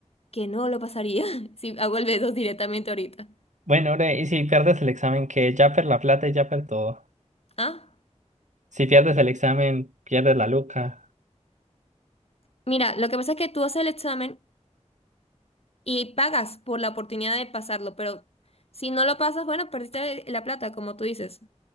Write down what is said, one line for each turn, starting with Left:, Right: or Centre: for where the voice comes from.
Left: que no lo pasaría <laughs> si hago el b dos directamente ahorita.
Right: Bueno, bre, y si pierdes el examen, que ya per la plata y ya per todo.
Left: Ah,
Right: Si pierdes el examen, pierdes la luca.
Left: mira, lo que pasa es que tú haces el examen. Y pagas por la oportunidad de pasarlo, pero si no lo pasas, bueno, perdiste la plata, como tú dices.